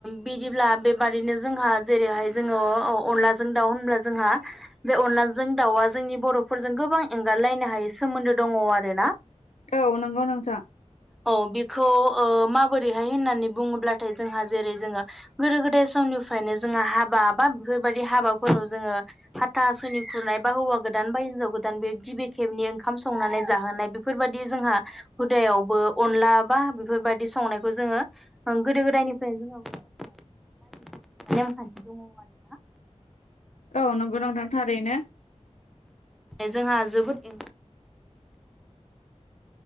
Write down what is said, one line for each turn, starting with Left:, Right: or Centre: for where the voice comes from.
Centre: बिदिब्ला बेबादिनो जोंहा जेरैहाय जोङो अ-अ-अनलाजों दाउ होनब्ला जोंहा बे अनलाजों दाउआ जोंनि बर'फोरजों गोबां एंगारलायनो हायै सोमोन्दो दङ' आरो ना।
Left: औ नंगौ नोंथां
Centre: औ बेखौ ओ माबोरैहाय होननानै बुङोब्लाथाय जोंहा जेरै जोङो गोदो गोदाय समनिफ्रायनो जोङो हाबा बा बेफोरबायदि हाबाफोराव जोङो हाथासुनि खुरनाय बा हौवा गोदान बा हिनजाव गोदान बे गिबि खेबनि ओंखाम संनानै जाहोनाय बे फोरबायदि जोंहा हुदायावबो अनला बा बेफोरबायदि संनायखौ जोङो गोदो गोदायनिफ्राय जोंनाव <unintelligible> नेमखान्थि दङ' आरोना
Left: औ नंगौ नोंथां थारैनो।
Centre: जोंहा जोबोद <unintelligible>